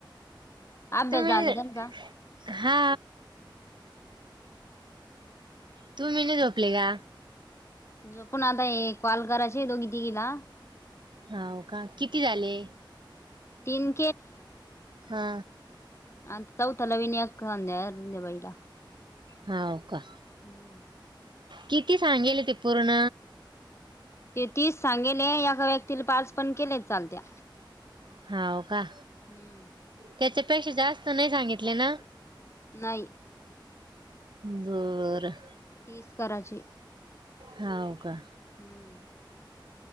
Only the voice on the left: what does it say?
अभ्यास
झाला त्यांचा
ज पण आता हे कॉल करायची दोघी तिघीला
तीन
आ चौथाला विनयक द्या अ्याबाईला
हम्म
ते तीस सांगेले एका व्यक्तीला पाच पण केले चालत्या
हम्म.
नाही
तीस कराचीचे
हम्म